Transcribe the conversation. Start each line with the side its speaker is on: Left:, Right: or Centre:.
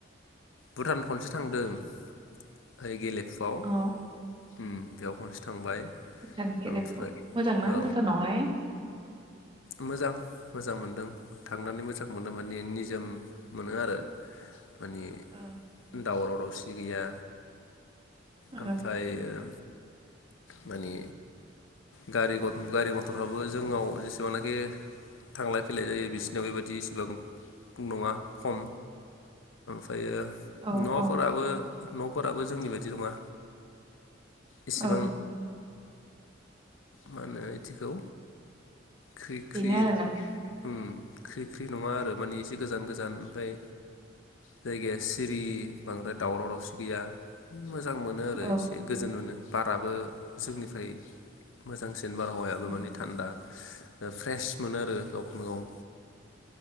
Left: भुटान खनसे थांदों। ओमफ्राय गेले फुआव
Right: औ
Left: उम बेयाव खनसे थांबाय।
Right: भुटान गेलेफु
Left: ओमफ्राय
Right: मोजांना
Left: औ
Right: भुटानावहाय?
Left: मोजां मोजां मोनदों थांनानै मोजां मोनदों माने निजोम मोनो आरो माने
Right: औ
Left: दावराव दावसि गैया। ओमफाय
Right: औ
Left: ओ मानि गारि गारि मथरफ्राबो जोंनाव जेसेबांनाखि थांलाय फैलाय जायो बिसिनाव बेबायदि इसिबां नङा खम। ओमफ्रायो
Right: औ
Left: न'फोराबो
Right: औ
Left: न'फोराबो जोंनि बायदि नङा। इसिबां
Right: औ
Left: मा होनो इदिखौ? ख्रि
Right: बेनो
Left: ख्रि
Right: आरोना
Left: ओम ख्रि ख्रि नङा आरो मानिे एसे गोजान गोजान ओमफफ्राय जायगाया सिरि बांद्राय दावराव दावसि गैया। मोजां मोनो आरो
Right: औ
Left: एसे गोजोन मोनो। बाराबो जोंनिफ्राय मोजांसिन। जेनबार हावायाबो
Right: औ
Left: माने थान्दा। फ्रेस मोनो आरो। गावखौनो गाव।